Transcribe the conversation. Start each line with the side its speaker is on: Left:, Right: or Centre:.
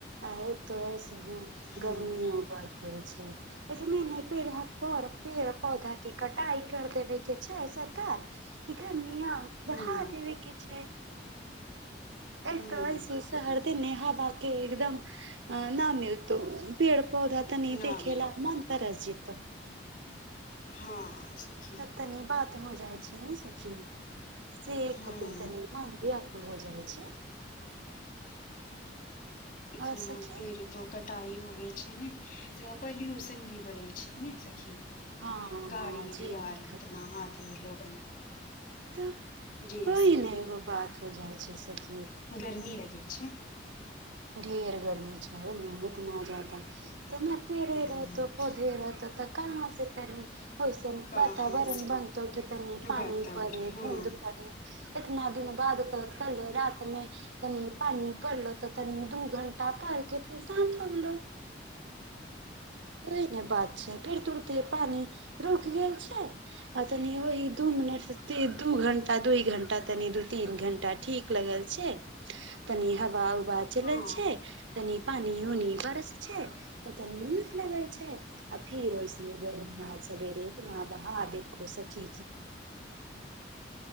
Right: आ एक तो हूँ
Left: हँ
Right: गर्मियों बढ़ गेल छै एतनी नहि पैन हेत <unintelligible> पर पेड़ पौधा के कटाई कर देबै के छै सरकार कि गर्मी
Left: हँ
Right: बढ़ा देबै के छै तै
Left: हँ
Right: कहै छी सहरदे नेहा बात के एकदम न मिलतौ पेड़ पौधा तनी
Left: नामी
Right: देखे ला मन तरस जेतो तऽ
Left: हँ सखी
Right: तनी बात हो जाइ छै ने सखी सेहे
Left: हूँ
Right: खातिर तनी मोन दियत भऽ जाय छै
Left: इतना
Right: आओर सखी
Left: पेड़ तो कट टाई होवे छै ने से पोल्यूशन भी बढ़ै छै ने सखी
Right: हँ हँ
Left: गाड़ी
Right: जी
Left: बिआर इतना आदमी लोगन
Right: तऽ
Left: जी
Right: वही
Left: से
Right: ने
Left: भी
Right: एगो बात हो जाइ छै सखी
Left: गर्मी लगे छैे
Right: ढेर गर्मी छै लू इतना जादा तऽ नै पेड़े
Left: ह
Right: रहतौ पौधे रहतौ ता कहाँ से गर्मी ओय सन
Left: कहाँ
Right: वातावरण
Left: से
Right: बनतौ कि तनी पानी
Left: वातावरण
Right: पड़े
Left: हँ
Right: बूँद पड़े इतना दिन बाद त कल रात में कनि पानि पड़लो त तनी दू घंटा पढ़ के फेर शांत हो गेलो ओहि न बात फेर तुरते पानी रुक गेल छै आ तनि ओहि दू मिनट से दू घंटा दू घंटा तनि दू तीन घंटा ठीक लगल छै तनि हवा उवा चलल
Left: हँ
Right: छै
Left: हँ
Right: तनी पानी उनी बरस छै तऽ तनी लगै छै आ फिर ओहिसने गर्मी आज सबेरे इतना बहा देखु सखी